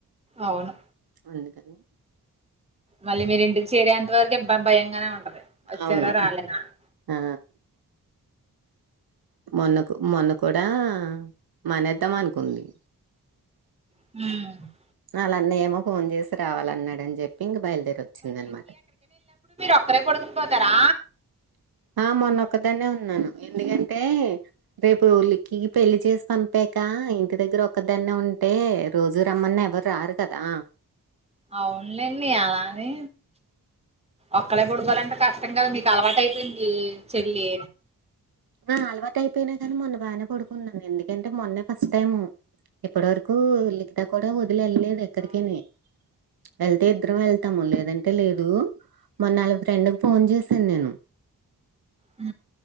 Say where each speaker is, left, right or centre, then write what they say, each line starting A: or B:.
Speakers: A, on the right; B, on the right.
A: అవును
B: ఉంది అ
A: మళ్ళీ మీరి ఇంటికి చేరేంత వరకు భయంగానే ఉంటది వచ్చారా
B: అవును
A: రాలేదా అని
B: ఆ మొన్నకు మొన్న కూడా మానేద్దాం అనుకుంది
A: ఉమ్
B: వాళ్ళ అన్నయ్యేమో ఫోన్ చేసి రావాలన్నాడని చెప్పి ఇంక బయలుదేరి వచ్చిందన్నమాట
A: అక్కడే పడుకుండిపోతారా
B: ఆ మొన్నక్కదాన్నే ఉన్నాను ఎందుకంటే రేపు ఉల్లిక్కి పెళ్లి చేసి పంపే అక్కా ఇంటి దగ్గర ఒక్కదాన్నే ఉంటే రోజు రమ్మన్నా ఎవరు రారు కదా
A: అవునులేండి అలానే ఒక్కళే పొడకోవాలంటే కష్టం కదా మీకు అలవాటు అయిపోయింది చెల్లి
B: హ అలవాటు అయిపోయినా కానీ మొన్న బానే పడుకున్నాను ఎందుకంటే మొన్నే ఫస్ట్ టైము ఇప్పటి వరకు లిఖిత కూడా వదిలి ఎళ్ళలేదు ఎక్కడికిని వెళ్తే ఇద్దరం వెళ్తాము లేదంటే లేదు మొ నాలుగు ఫ్రెండ్ ఫోన్ చేసాను నేను
A: ఉ